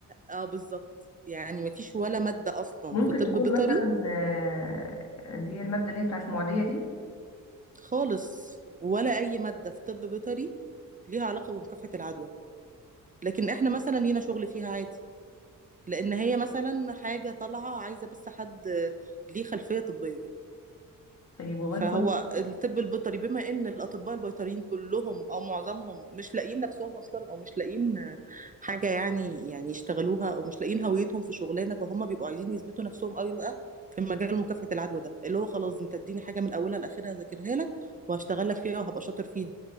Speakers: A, on the right; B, on the left.
A: اه بالظبط يعني مفيش ولا ماده اصلا
B: ممكن
A: في طب
B: تكون
A: بيطري
B: مثلا آه، اللي هي المادة اللي هي بتاعت المعدية دي
A: خالص ولا أي مادة في طب بيطري ليها علاقة بمكافحة العدوى لكن احنا مثلا لينا شغل فيها عادي لأن هي مثلا حاجة طالعة عايزة بس حد ليه خلفية طبية
B: طيب والله
A: فهو
B: كويس
A: الطب البيطري بما إن الأطباء البيطريين كلهم أو معظمهم مش لاقيين نفسهم أصلا أو مش لاقيين حاجة يعني يعني يشتغلوها أو مش لاقيين هويتهم في شغلانة فهم بيبقوا عايزين يثبتوا نفسهم قوي بقى في مجال مكافحة العدوى ده اللي هو خلاص أنت اديني حاجة من أولها لآخرها ذاكرها لك وهشتغل لك فيها وهبقى شاطر فيها